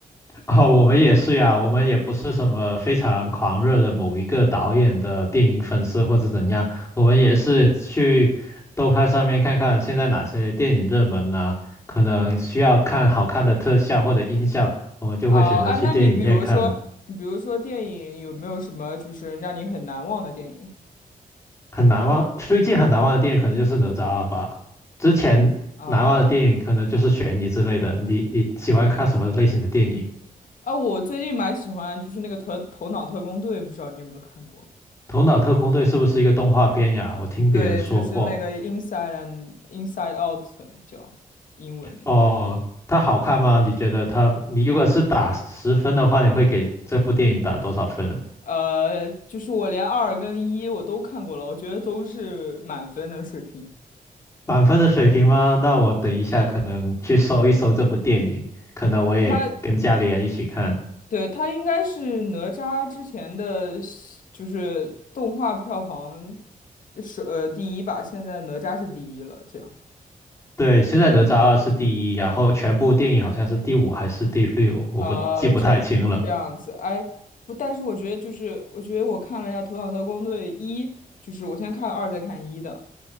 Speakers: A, on the left; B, on the left.
A: 哦，我们也是呀，我们也不是什么非常狂热的某一个导演的电影粉丝或者怎样，我们也是去豆瓣上面看看现在哪些电影热门呢、可能需要看好看的特效或者音效，我们就会选择去电影院看。
B: 啊，哎，那你比如说，你比如说电影有没有什么就是让你很难忘的电影？
A: 很难忘，最近很难忘的电影可能就是《哪吒二》吧，之前难忘的电影可能就是悬疑之类的。
B: 呃，
A: 你你喜欢看什么类型的电影？
B: 啊，我最近蛮喜欢就是那个头《头脑特工队》，不知道你有没有看过？
A: 《头脑特工队》是不是一个动画片呀？我听别人说过。
B: 对，就是那个 Inside and Inside Out 叫英文名。
A: 哦，它好看吗？你觉得它，你如果是打十分的话，你会给这部电影打多少分？
B: 呃，就是我连二跟一我都看过了，我觉得都是满分的水平。
A: 满分的水平吗？那我等一下可能去搜一搜这部电影，可能我也跟家里人一起看。
B: 他，对，他应该是哪吒之前的，就是动画票房是呃第一吧，现在哪吒是第一了，这样。
A: 对，现在哪吒二是第一，然后全部电影好像是第五还是第六，我不记不太清了。
B: 啊，这样这样子，哎，不，但是我觉得就是，我觉得我看了一下《头脑特工队一》，就是我先看二再看一的，